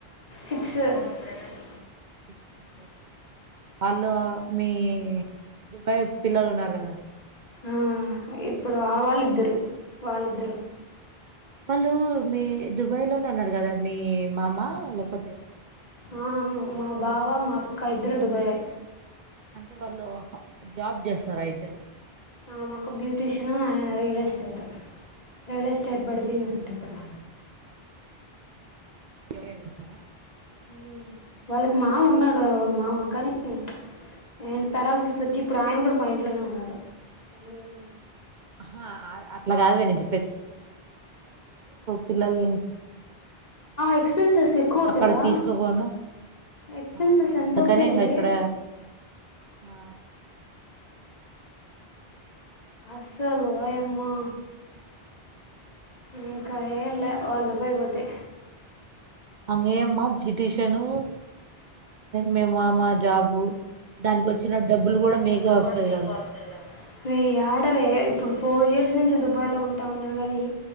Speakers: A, on the left; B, on the right.
A: సిక్స్ బ్రదర్స్
B: కిత్ నెంబర్ వాళ్ళు మీ దుబాయ్ పిల్లలు ఉన్నారు కదా
A: ఆ, ఇప్పుడు ఆ
B: వాళ్ళు
A: వాళ్ళిద్దరు వాళ్ళిద్దరు
B: వాళ్ళు మీ దుబాయ్ లోనే ఉన్నారు కదా మీ మామ లేకపోతే
A: ఆ
B: ఆ,
A: మా బావా మా అక్క ఇద్దరు దుబాయే
B: అంటే వాళ్ళు జాబ్ చేస్తారా ఇద్దరు
A: ఆ మా అక్క బ్యూటీషియన్ ఆయన రియల్ ఎస్టేట్ రియల్ ఎస్టేట్ పడి పోయిందంట
B: ఇంకా
A: ఇప్పుడు
B: <unintelligible> వెళ్తారా
A: ఉమ్ వాళ్ళకి మామ ఉన్నాడు వాళ్ళ మావ కానీ ప్చ్ ఆయనకి పెరాలిసిస్ వచ్చి ఇప్పుడు ఆయన కూడా మా ఇంట్లోనే ఉన్నాడు వన్ ఇయర్ నుంచి
B: అహా అట్లా కాదు వే నేను చెప్ పిల్లల్ని
A: ఎక్స్పెన్సెస్ ఎక్కువ అవుతాయి
B: అక్కడ
A: హలో
B: తీసుకోపోను
A: ఎక్స్పెన్సెస్
B: ఆ
A: ఎంత
B: అందుకనే
A: అవుతాయి
B: ఇంగ
A: వే
B: ఇక్కడ ఆ
A: అసలు వాయమ్మా
B: ఆయన
A: ఇంకా ఏంలే వాళ్ళు దుబాయికి పోతే
B: అంగే అమ్మా పిటిషను మే మా మా జాబు దానికి వచ్చిన డబ్బులు కూడా మీకే
A: డబ్బులు
B: వస్తది
A: కూడా మీకే
B: కదా
A: వస్తాయి కదా వే యాడవే ఇప్పుడు ఫోర్ ఇయర్స్ నుంచి దుబాయ్లో ఉంటా ఉన్నా కాని